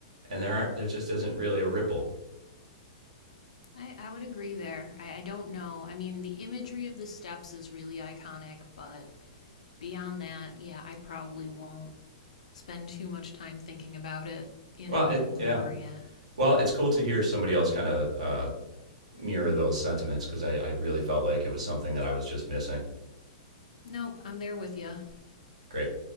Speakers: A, on the right; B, on the left.
A: And there are, there just isn't really a ripple.
B: I, I would agree there. I, I don't know. I mean the imagery of the steps is really iconic, but beyond that, yeah, I probably won't spend too much time thinking about it, you
A: Well,
B: know,
A: it
B: remembering
A: yeah.
B: it.
A: Well, it's cool to hear somebody else kind of uh, mirror those sentiments because I, I really felt like it was something that I was just missing.
B: Nope, I'm there with you.
A: Great.